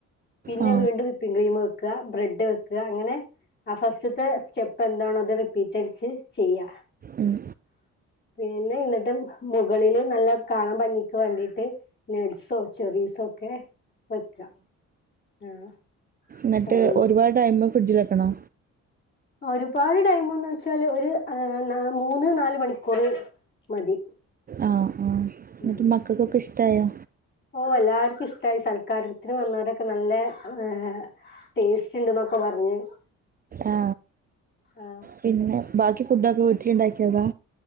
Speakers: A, on the left (about 35°); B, on the right (about 30°).
A: പിന്നെ
B: ആ
A: വീണ്ടും വിപ്പിംഗ ക്രീം വെക്കുക ബ്രെഡ് വെക്കുക അങ്ങനെ ആ ഫസ്റ്റത്തെ സ്റ്റെപ്പ് എന്താണോ അത് റിപ്പീറ്റ് അടിച്ച് ചെയ്യാ
B: ഉം,
A: പിന്നെ എന്നിട്ട് മുകളില് നല്ല കാണൻ ഭംഗിക്ക് വേണ്ടിട്ട് നഡ്സോ ചെറീസോ ഒക്കെ വെക്കാം ആഹ്
B: ന്നട്ട്
A: ഉം
B: ഒരുപാട് ടൈം ഫ്രിഡ്ജിലെക്കണോ
A: ഒരുപാട് ടൈമ്ന്ന് വെച്ചാല് ഒരു മൂന്ന് നാല് മണിക്കൂറ് മതി
B: ആഹ് ആഹ്
A: ഉം
B: ന്നട്ട് മക്കക്കൊക്കെ ഇഷ്ടായോ
A: ഓ എല്ലാർക്കും ഇഷ്ടമായി സൽക്കാരത്തിന് വന്നോരൊക്കെ നല്ല ഏ ടേസ്റ്റ് ഇണ്ട്ന്നൊക്കെ പറഞ്ഞ്
B: ആ
A: ആഹ്
B: പിന്നെ ബാക്കി ഫുഡൊക്കെ വീട്ട്ല്ണ്ടാക്ക്യേതാ